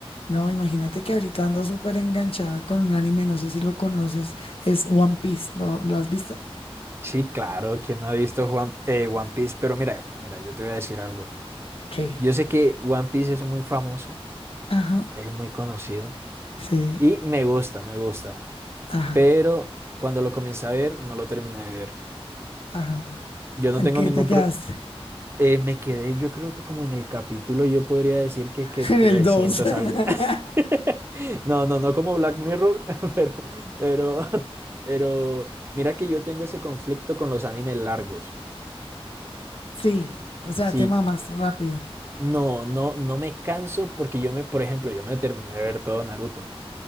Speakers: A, on the left (about 65°); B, on the right (about 25°).
A: No, imagínate que ahorita ando súper enganchada con un anime, no sé si lo conoces, es One Piece, ¿lo, lo has visto?
B: Sí, claro, ¿quién no ha visto Juan- eh, One Piece? Pero mira, mira, yo te voy a decir algo.
A: ¿Qué?
B: Yo sé que One Piece es muy famoso,
A: Ajá,
B: es muy conocido
A: sí,
B: y me gusta, me gusta.
A: ajá,
B: Pero cuando lo comencé a ver, no lo terminé de ver.
A: ajá.
B: Yo no
A: ¿En
B: tengo
A: qué
B: ningún
A: te quedaste?
B: pro- eh, me quedé, yo creo que como en el capítulo, yo podría decir que, que
A: <laughs>
B: 300
A: En el dos. <laughs>
B: algo. <laughs> No, no, no como Black Mirror, <laughs> pero, pero, pero mira que yo tengo ese conflicto con los animes largos.
A: Sí, o sea,
B: Si
A: te mamas rápido.
B: No, no, no me canso porque yo me, por ejemplo, yo me terminé de ver todo Naruto